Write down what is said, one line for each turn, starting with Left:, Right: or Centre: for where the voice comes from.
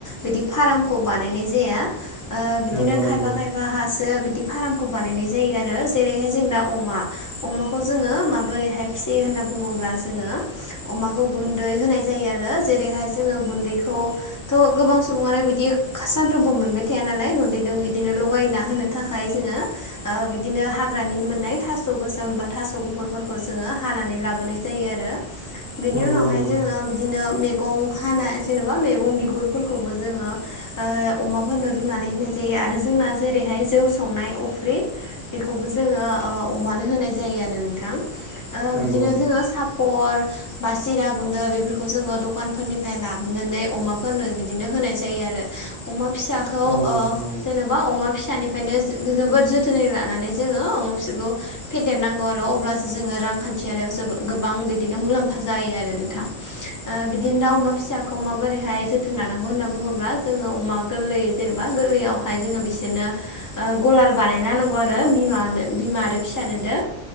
Left: बिदि फार्मखौ बानायनाय जाया। ओ बिदिनो
Right: नंगौ
Left: खायफा
Right: नंगौ
Left: खायफा हासो बिदि फार्मखौ बानायनाय जायो आरो आरो जेरैहाय जों दा अमा अमाखौ जोङो माबोरैहाय फिसियो होनना बुङोब्ला जोङो अमाखौ गुन्दै होनाय जायो आरो जेरैहाय जोङो गुन्दैखौ थ' गोबां सुबुङानो बिदि सानफ्रोमबो मोनबाय थाया नालाय गुन्दैजों बिदिनो लगायना होनो थाखाय जोङो ओ बिदिनो हाग्रानि मोननाय थास' गोसोम बा थास' गुफुरफोरखौ जोङो हानानै लाबोनाय जायो आरो बेनि
Right: नंगौ
Left: उनावहाय
Right: नंगौ
Left: जोङो बिदिनो मे गं हानाय जेन'बा मैगं बिगुरफोरखौबो जोङो अमाफोरनो रुनानै होनाय जायो आरो जोंना जेरैहाय जौ संनाय अफ्रि बेखौबो जोङो अमानो होनाय जायो आरो नोंथां ओ
Right: नंगौ
Left: बिदिनो जोङो सापर बा सिरा गुन्द्रा बेफोरखौ जोङो दखानफोरनिफ्राय लाबोनानै अमाफोरनो बिदिनो होनाय जायो आ रो अमा फिसाखौ
Right: नंगौ नोंथां
Left: जेन'बा अमा फिसानिफ्रायनो जोबोद जोथोनै ला नानै जोङो फिसाखौ फेदेरनांगौ आरो अब्लासो जोङो रांखान्थियारियाव जो गोबां बिदिनो मुलाम्फा जायो आरो नोंथां बिदिनो दा अमा फिसाखौ माबोरैहाय जोथोन लानांगौ होनना बुङोब्ला जोङो अमा गोरलै जेनेबा गोरलैयावहाय जोङो बिसोरनो गलार बानायना नांगौ आ रो बिमानो बिमा आरो फिसानोदो